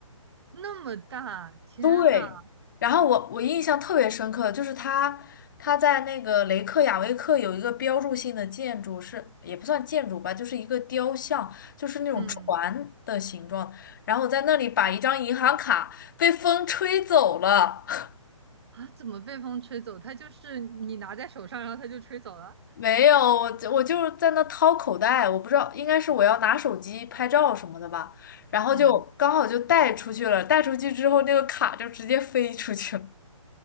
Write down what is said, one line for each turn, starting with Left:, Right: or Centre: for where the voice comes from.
Right: 那么大，天呐，
Left: 对，然后我我印象特别深刻，就是他他在那个雷克雅未克有一个标志性的建筑是，也不算建筑吧，就是一个雕像，就是那种船的形状，
Right: 嗯，
Left: 然后我在那里把一张银行卡被风吹走了。<laughs>
Right: 啊，怎么被风吹走？它就是你拿在手上，然后它就吹走了。
Left: 没有，我就我就是在那掏口袋，我不知道，应该是我要拿手机拍照什么的吧，然后就刚好就带出去了，
Right: 嗯，
Left: 带出去之后那个卡就直接飞出去了。